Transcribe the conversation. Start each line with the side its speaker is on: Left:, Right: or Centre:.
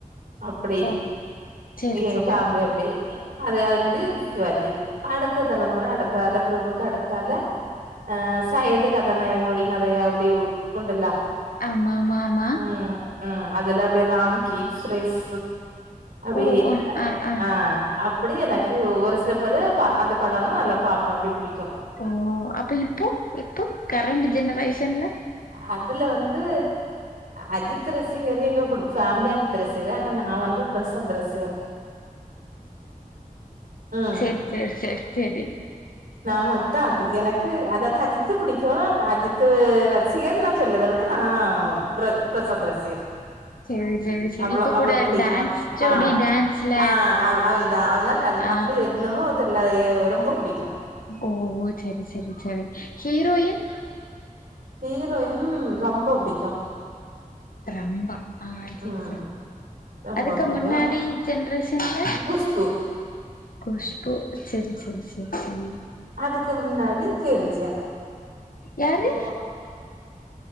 Right: அப்படி
Left: ஓ சேரி
Right: எங்க
Left: சேரி
Right: ஃபேமிலி அப்டி அது அதுக்கு மு சிவாஜி அடுத்த தலைமுறை அடுத்தால பிரபுக்கு அடுத்த ஆலூ ஆ சைடு் கதாநாயகங்கள் நறையா அப்படி உண்டல்ல
Left: ஆமா ஆமா ஆமா
Right: ம்உம் அதுல அப்டிய ராம்கி ஸ்ரேுஸ் அப்டி
Left: ஓ ஓ
Right: அ
Left: ஆ ஆ
Right: ஆஹ அப்டி எனக்கு ஒரு சில பேரு அந்த படம்னான் நல்லா பாார்ப்பேன் அப்படி பிடிக்கும்
Left: ஓ அப்ப இப்போ இப்போ கரண்ட ஜெனரேஷன்ல
Right: அதுல வந்து அஜித் ரசிகர் எங்கடு ஃபேமிலி காஅஜித் ரசிகர் ஆனா நான் வந்து பிரசந்த ரசிகர் ம்
Left: சரி சரி சரி சரி
Right: நா மட்டு அது எனக்கு அதாவது அஜித்தை படிக்கு அஜித் ரசிகர்னா நா என்ன சொல்ரத விட நான் பிரசாந்த் ரசிகர்
Left: சேரி சேரி சேரி
Right: அவ்ளோ
Left: இப்ப
Right: அவ்ளோ
Left: கூட
Right: புடிக்கு
Left: டான்ஸ் ஜோடி
Right: ஆ
Left: டான்ஸ்ல
Right: ஆ அவ் அவன் தா அவதா கா ந்த
Left: ஆ
Right: அப்டி என்னமோ தெர்ல எ ரொம்ப புடிக்கு
Left: ஓ செரி செரி செரி ஹீரோயின்
Right: ஹீரோயின் ரம்ப புடிக்கு
Left: ரம்பா ஆ செரி
Right: ம்
Left: செரி
Right: ரொம்ப
Left: அதுக்கு
Right: புடிக்கு
Left: முன்னாடி ஜென்ரேஷன்ல
Right: குஷ்பு
Left: குஷ்பு செரி செரி செரி செரி
Right: அதுக்கு முன்னாடி கிரிஜா
Left: யாரு
Right: கோலுமாக்கு